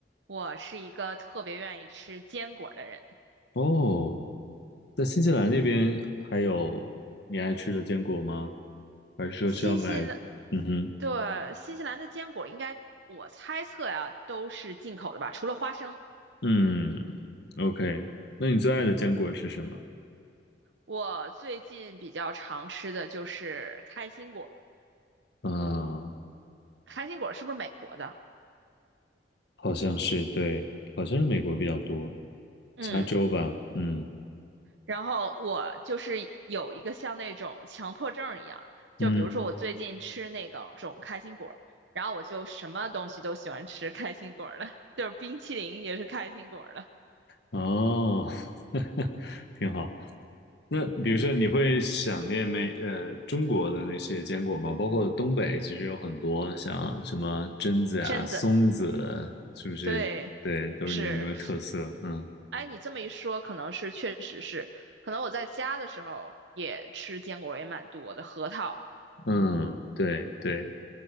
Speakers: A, on the right (about 80°); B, on the left (about 65°).
A: 我是一个特别愿意吃坚果的人。
B: 哦，在新西兰那边还有你爱吃的坚果吗？还是说需要买？
A: 新西兰，
B: 嗯哼，
A: 对，新西兰的坚果应该，我猜测呀，都是进口的吧，除了花生。
B: 嗯，OK。那你最爱的坚果是什么？
A: 我最近比较常吃的就是开心果，
B: 啊，
A: 开心果是不是美国的？
B: 好像是，对，好像是美国比较多，
A: 嗯，
B: 加州吧，嗯
A: 然后我就是有一个像那种强迫症一样，
B: 嗯，
A: 就比如说我最近吃那个种开心果，然后我就什么东西都喜欢吃开心果的，<laughs> 就是冰淇淋也是开心果的，
B: 哦，<laughs> 挺好。那比如说，你会想念美呃中国的那些坚果吗？包括东北，其实有很多像什么榛子啊、
A: 榛子，
B: 松子，是不是？
A: 对。
B: 对，都是你们那边特色。
A: 是，
B: 嗯
A: 哎，你这么一说，可能是确实是，可能我在家的时候也吃坚果也蛮多的，核桃，
B: 嗯，对对，